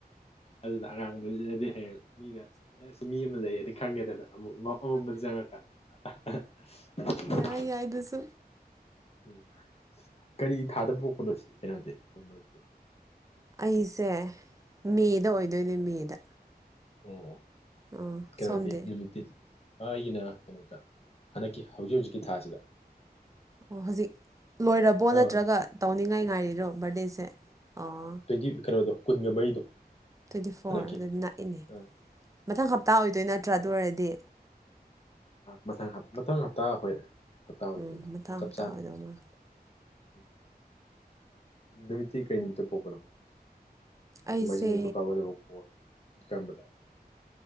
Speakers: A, on the left; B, on the right.
A: ꯑꯗꯨꯅ ꯑꯉꯥꯡꯕ ꯂꯤꯠꯂꯗꯤ ꯍꯌꯦꯡ ꯃꯤꯅ ꯑꯁ ꯃꯤ ꯑꯃ ꯂꯩꯌꯦꯗꯤ ꯈꯪꯒꯦꯗꯅ ꯑꯃꯨꯛ ꯑꯃꯝꯕꯗ ꯆꯪꯉꯛꯀꯥꯟꯗ <unintelligible>
B: ꯑ ꯌꯥꯏ ꯑꯗꯨꯁꯨ
A: ꯎꯝ ꯀꯔꯤ ꯊꯥꯗꯕ ꯄꯣꯛꯄꯅꯣ ꯁꯤ ꯀꯩꯅꯣꯗꯤ ꯑꯩꯈꯣꯏ ꯃꯔꯨꯞꯇꯤ
B: ꯑꯩꯁꯦ ꯃꯦꯗ
A: ꯎꯝ
B: ꯑꯣꯏꯗꯣꯏꯅꯦ ꯃꯦꯗ
A: ꯑꯣ
B: ꯑꯥ
A: ꯀꯩꯅꯣꯗꯤ
B: ꯁꯣꯝꯗꯤ
A: ꯅꯨꯃꯤꯠꯇꯤ ꯑꯩꯒꯤꯅ ꯀꯩꯅꯣꯗ ꯍꯟꯗꯛꯀꯤ ꯍꯧꯖꯤꯛ ꯍꯧꯖꯤꯛꯀꯤ ꯊꯥꯁꯤꯗ
B: ꯑꯣ ꯍꯧꯖꯤꯛ ꯂꯣꯏꯔꯕꯣ
A: ꯑꯥ
B: ꯅꯠꯇ꯭ꯔꯒ ꯇꯧꯅꯤꯡꯉꯥꯏ ꯉꯥꯏꯔꯤꯔꯣ ꯕꯥꯔꯗꯦꯁꯦ ꯑꯣ
A: ꯇꯣꯏꯟꯇꯤ ꯀꯩꯅꯣꯗꯣ ꯀꯨꯟꯒ ꯃꯔꯤꯗꯣ
B: ꯇ꯭ꯋꯦꯟꯇꯤ ꯐꯣꯔ
A: ꯍꯟꯗꯛꯀꯤ
B: ꯑꯗꯨꯗꯤ ꯅꯛꯏꯅꯦ
A: ꯑꯥ
B: ꯃꯊꯪ ꯍꯞꯇꯥ ꯑꯣꯏꯗꯣꯏ ꯅꯠꯇ꯭ꯔꯥ ꯑꯗꯨ ꯑꯣꯏꯔꯗꯤ
A: ꯃꯊꯪ ꯃꯊꯪ ꯍꯞꯇꯥ ꯍꯣꯏ ꯍꯞꯇꯥ ꯑꯣꯏꯗꯣꯏꯅꯤ
B: ꯎꯝ ꯃꯊꯪ
A: ꯆꯞ
B: ꯍꯞꯇꯥ
A: ꯆꯥꯅ
B: ꯑꯣꯏꯗꯧ ꯃꯥꯜꯂꯦ
A: ꯎꯝ ꯅꯨꯃꯤꯠꯇꯤ ꯀꯔꯤ ꯅꯨꯃꯤꯠꯇ ꯄꯣꯛꯄꯅꯣ
B: ꯑꯩꯁꯦ
A: ꯅꯣꯡꯃꯥꯏꯖꯤꯡ ꯅꯤꯊ ꯀꯥꯒꯗꯕ ꯄꯣꯛꯑ ꯀꯝꯕꯗ